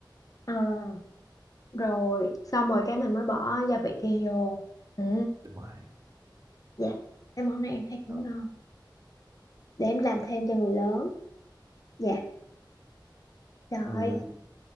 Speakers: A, on the left; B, on the right.
A: à, rồi xong rồi cái mình mới bỏ gia vị kia vô ừ
B: đúng rồi
A: dạ cái món này em thấy cũng
B: ok
A: ngon để em làm thêm cho người lớn dạ rồi
B: rồi